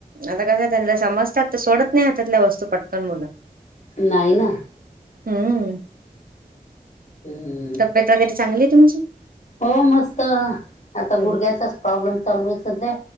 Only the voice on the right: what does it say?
आता कसं आहे त्यांना समजतात तर सोडत नाही हातातल्या वस्तू पटकन मुलं
हम्म
तब्येत वगैरे चांगली तुम
हम्म